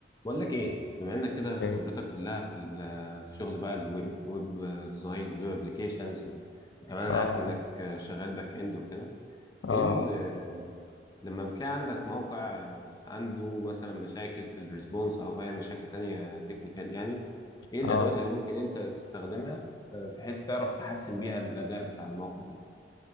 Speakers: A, on the left; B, on the left.
A: بقول لك ايه بما انك كده خبرتك
B: ايه
A: كلها في ال- في شغل بقى الو- الويب ديزاين والويب ابلكيشنز و- وكمان
B: اه
A: انا عارف انك شغال باك اند وكده
B: اه
A: ايه ال- لما بتلاقي عندك موقع عنده مثلا مشاكل في الريسبونس او اي مشاكل تانية تكنيكال يعني ايه الادوات
B: اه
A: اللي ممكن انت تستخدمها آه، بحيث تعرف تحسن بيها الاداء بتاع الموقع ده